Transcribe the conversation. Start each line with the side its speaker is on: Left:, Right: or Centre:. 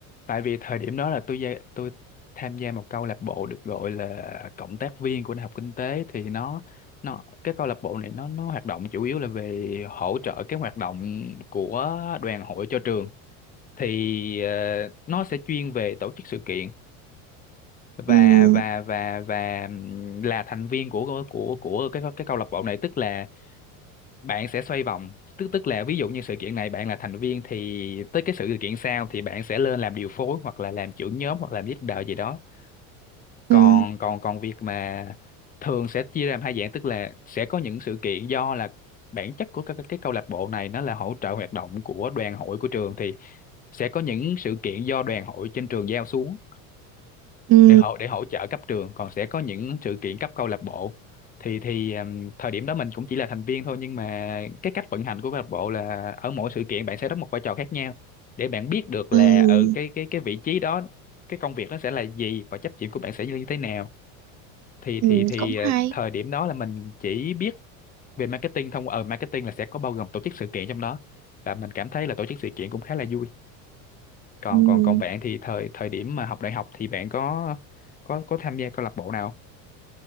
Left: tại vì thời điểm đó là tôi gia, tôi tham gia một câu lạc bộ được gọi là cộng tác viên của Đại học Kinh tế thì nó nó cái câu lạc bộ này nó nó hoạt động chủ yếu là về hỗ trợ cái hoạt động của đoàn hội cho trường thì ờ, nó sẽ chuyên về tổ chức sự kiện và
Right: ừ
Left: và và và ừm, là thành viên của của của cái cái câu lạc bộ này tức là bạn sẽ xoay vòng tức tức là ví dụ như sự kiện này bạn là thành viên thì tới cái sự kiện sau thì bạn sẽ lên làm điều phối hoặc là làm trưởng nhóm hoặc làm leader gì đó còn
Right: ừ
Left: còn còn việc mà thường sẽ chia ra làm hai dạng tức là sẽ có những sự kiện do là bản chất của các cái câu lạc bộ này nó là hỗ trợ hoạt động của đoàn hội của trường thì sẽ có những sự kiện do đoàn hội trên trường giao xuống
Right: ừ
Left: để hỗ để hỗ trợ cấp trường còn sẽ có những sự kiện cấp câu lạc bộ thì thì ừm, thời điểm đó mình cũng chỉ là thành viên thôi nhưng mà cái cách vận hành của câu lạc bộ là ở mỗi sự kiện bạn sẽ đóng một vai trò khác nhau để bạn biết được
Right: Ừm,
Left: là ở cái cái cái vị trí đó cái công việc nó sẽ là gì và trách nhiệm của bạn sẽ như thế nào thì
Right: ừm,
Left: thì thì
Right: cũng
Left: ờ,
Right: hay
Left: thời điểm đó là mình chỉ biết về marketing thông ở marketing là sẽ có bao gồm tổ chức sự kiện trong đó và mình cảm thấy là tổ chức sự kiện cũng khá là vui còn
Right: Ừm.
Left: còn còn bạn thì thời thời điểm mà học đại học thì bạn có có có tham gia câu lạc bộ nào